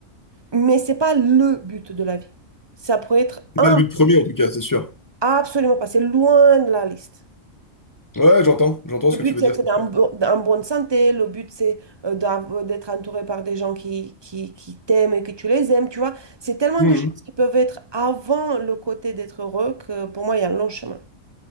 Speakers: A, on the right; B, on the left.
A: Mais c'est pas le but de la vie. Ça pourrait être
B: C'est
A: un,
B: pas le but premier, en tout cas, c'est sûr.
A: absolument pas. C'est loin de la liste.
B: Ouais, j'entends. J'entends
A: Le
B: ce
A: but,
B: que tu veux
A: c'est
B: dire,
A: d'être
B: c'est sûr.
A: en, bo- en bonne santé. Le but, c'est euh, d'av- d'être entouré par des gens qui, qui, qui t'aiment et que tu les aimes. Tu vois, c'est tellement
B: Mhm.
A: de choses qui peuvent être avant le côté d'être heureux que pour moi, il y a un long chemin.